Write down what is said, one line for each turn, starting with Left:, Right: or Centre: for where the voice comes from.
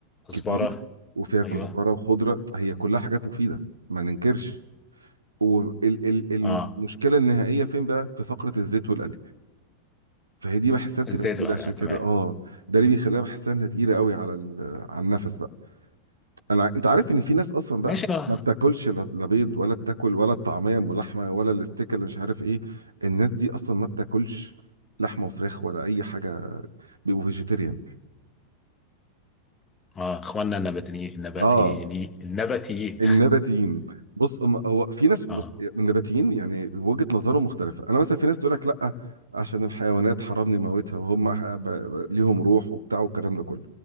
Left: كزبرة
Right: كتير وفيها كزبره
Left: ايوه
Right: وخضره هي كلها حاجات مفيده ما ننكرش والمشكله
Left: اه
Right: النهائيه فين بقى في فقره الزيت والقلي فهي دي بحسها بتبقى
Left: الزيت
Right: تقيله
Left: العالية
Right: عشان
Left: تمام
Right: كده اه ده اللي بيخليها بحسها انها تقيله قوي على ال... على النفس بقى انا ع- انت عارف ان في ناس اصلا
Left: ماشي
Right: بقى
Left: بقى
Right: ما بتاكلش لا لا بيض ولا بتاكل ولا الطعميه ام لحمه ولا الاستيك اللي مش عارف ايه الناس دي اصلا ما بتاكلش لحمه وفراخ ولا اي حاجه بيبقوا فيجيتيريان
Left: اه اخواننا النباتيين النباتيين
Right: اه
Left: النباتيين
Right: النباتيين بص أم- هو في
Left: <laughs>
Right: ناس بص
Left: اه
Right: النباتيين يعني وجهة نظرهم مختلفة انا مثلا في ناس تقول لك لا عشان الحيوانات حرمني موتها وهم ح- ب- ب- ليهم روح وبتاع والكلام ده كله